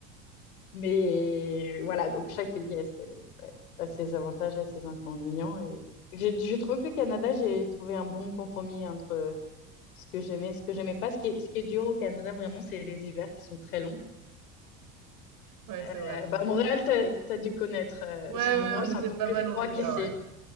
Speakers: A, on the left; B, on the right.
A: Mais voilà, donc chaque pays a ses, ouais, a ses avantages et ses inconvénients. Et je, je trouve que le Canada, j'ai trouvé un bon compromis entre ce que j'aimais et ce que j'aimais pas. Ce qui est, ce qui est dur au Canada, vraiment, c'est les hivers qui sont très longs.
B: Ouais,
A: Euh,
B: c'est vrai.
A: bah, à Montréal, t'as, t'as dû connaître. euh,
B: Ouais,
A: c'est, à
B: ouais,
A: Montréal,
B: on
A: c'est
B: était
A: encore
B: pas
A: plus
B: mal
A: froid
B: en hiver,
A: qu'ici.
B: ouais.